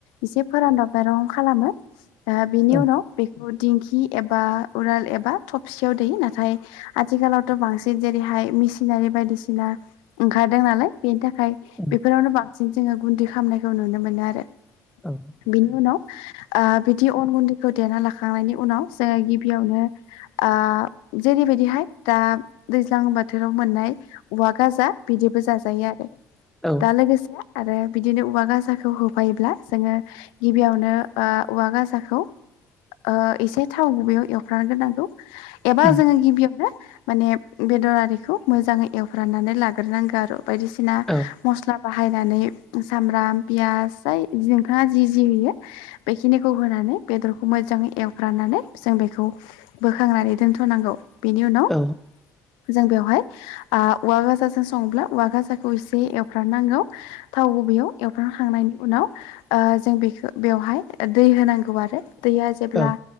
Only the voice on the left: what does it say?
एसे फोरानदब <unintelligible> खालामो ओ बिनि
उनाव दिंखि एबा उराल एबा थबसियाव <unintelligible> नाथाय आथिखालावथ' बांसिन जेरैहाय मिसिनारि बायदिसिना ओंखारदों नालाय बे थाखाय
बेफोरावनो बांसिन जोङो गुन्दै खालामामनायखौ नुनो मोनो आरो
बिनि उनाव ओ बिदि अन गुन्दै होदेरना लाखांनायनि उनाव जोङो गिबियावनो आ जेरैबायदिहाय दा दैज्लां बोथोराव मोननाय औवा गाजा बिदि बो जाजायो आरो
दा लोगोसे आरो बिदिनो औवा गसााखौ होफायोब्ला जोङो गिबियावनो ओ औवा गाजाखौ ओ एसे थाव गुबैयाव एवफ्राम गोरनांगौ एबा
जोङो गिबियावनो माने बेदर आरिखौ मोजाङै एवफ्रामनानै लाग्रोनांगौ आरो बायदिसिना
मस्ला बाहायनानै सामब्राम पियास जाय नोंथाङा जि जि होयो बेखिनिखौ होना नै बेदरखौ मोजां एवफ्रामनानै जों बेखौ बोखांनानै दोन थनांगौ बेनि उनाव
जों बेवहाय आ औवा गाजाजों संब्ला औवा गाजाखौ एसे एवफ्रामनांगौ थाव गुबैयाव एवफ्रामखांनायनि उनाव ओ जों बेखौ बेवहाय दै होनांगौ आरो दैया जेब्ला